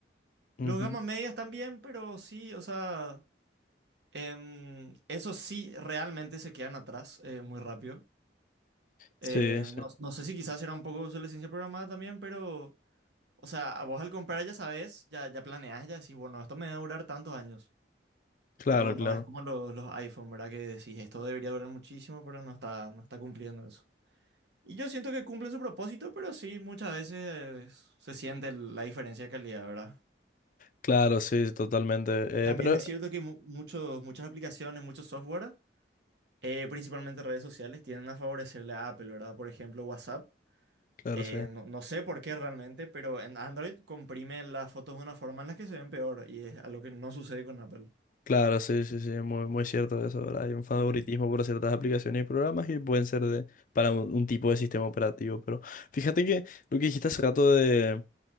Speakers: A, on the left; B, on the right.
A: Ujú.
B: Los gama medias también, pero sí, o sea... Em, eso sí, realmente se quedan atrás eh, muy rápido.
A: Sí,
B: Eh,
A: sí,
B: no, no sé si quizás era un poco sobre la programada también, pero, o sea, vos al comprar ya sabes, ya, ya planeas, ya decís, bueno, esto me va a durar tantos años.
A: claro,
B: No,
A: claro.
B: no es como los, los iPhone, ¿verdad? Que decís, esto debería durar muchísimo, pero no está, no está cumpliendo eso. Y yo siento que cumplen su propósito, pero sí, muchas veces se siente el- la diferencia de calidad, ¿verdad?
A: Claro, sí, totalmente.
B: También
A: Eh, pero,
B: es cierto que mu- muchos, muchas aplicaciones, muchos software eh, principalmente redes sociales, tienden a favorecerle a Apple, ¿verdad? Por ejemplo, WhatsApp.
A: claro,
B: Eh,
A: sí.
B: no, no sé por qué realmente, pero en Android comprime las fotos de una forma en la que se ven peor y es algo que no sucede con Apple.
A: Claro, sí, sí, sí, muy, muy cierto eso, ¿verdad? Hay un favoritismo
B: Ujú.
A: por ciertas aplicaciones y programas y pueden ser de, para un, un tipo de sistema operativo. Pero fíjate que lo que dijiste hace rato de